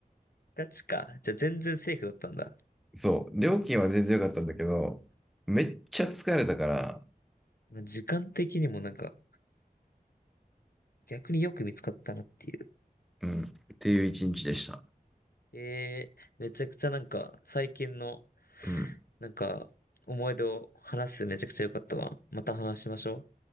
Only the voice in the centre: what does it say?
そう、料金は全然良かったんだけど、めっちゃ疲れたから、
うん。っていう一日でした。
うん。